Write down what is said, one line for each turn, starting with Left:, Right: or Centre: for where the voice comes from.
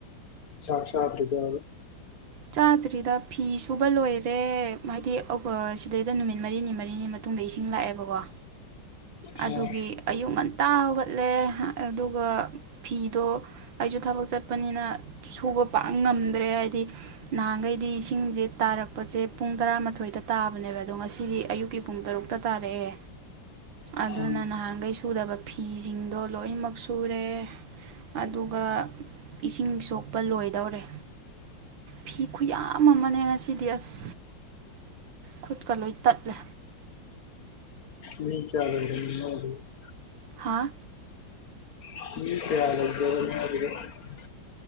Left: ꯆꯥꯛ ꯆꯥꯗ꯭ꯔꯤꯕꯕ
Right: ꯆꯥꯗ꯭ꯔꯤꯗ ꯐꯤ ꯁꯨꯕ ꯂꯣꯏꯔꯦ ꯍꯥꯏꯗꯤ ꯑꯣ ꯁꯤꯗꯩꯗ ꯅꯨꯃꯤꯠ ꯃꯔꯤꯅꯤ ꯃꯔꯤꯅꯤ ꯃꯇꯨꯡꯗ ꯏꯁꯤꯡ ꯂꯥꯛꯑꯦꯕꯀꯣ
Left: ꯑꯥ
Right: ꯑꯗꯨꯒꯤ ꯑꯌꯨꯛ ꯉꯟꯇꯥ ꯍꯧꯒꯠꯂꯦ ꯑꯗꯨꯒ ꯐꯤꯗꯣ ꯑꯩꯁꯨ ꯊꯕꯛ ꯆꯠꯄꯅꯤꯅ ꯁꯨꯕ ꯄꯥꯛ ꯉꯝꯗ꯭ꯔꯦ ꯍꯥꯏꯗꯤ ꯅꯍꯥꯟꯈꯩꯗꯤ ꯏꯁꯤꯡꯁꯦ ꯇꯥꯔꯛꯄꯁꯦ ꯄꯨꯡ ꯇꯔꯥꯃꯥꯊꯣꯏꯗ ꯇꯥꯕꯅꯦꯕ ꯑꯗꯣ ꯉꯁꯤꯗꯤ ꯑꯌꯨꯛꯀꯤ ꯄꯨꯡ ꯇꯔꯨꯛꯇ ꯇꯥꯔꯛꯑꯦ ꯑꯗꯨꯅ
Left: ꯎꯝ
Right: ꯅꯍꯥꯟꯈꯩ ꯁꯨꯗꯕ ꯐꯤꯁꯤꯡꯗꯣ ꯂꯣꯏꯅꯃꯛ ꯁꯨꯔꯦ ꯑꯗꯨꯒ ꯏꯁꯤꯡ ꯁꯣꯛꯄ ꯂꯣꯏꯗꯧꯔꯦ ꯐꯤ ꯈꯨꯌꯥ ꯑꯃꯅꯦ ꯉꯁꯤꯗꯤ ꯑꯁ ꯈꯨꯠꯀ ꯂꯣꯏ ꯇꯠꯂꯦ
Left: <unintelligible>
Right: ꯍꯥꯥ
Left: <unintelligible>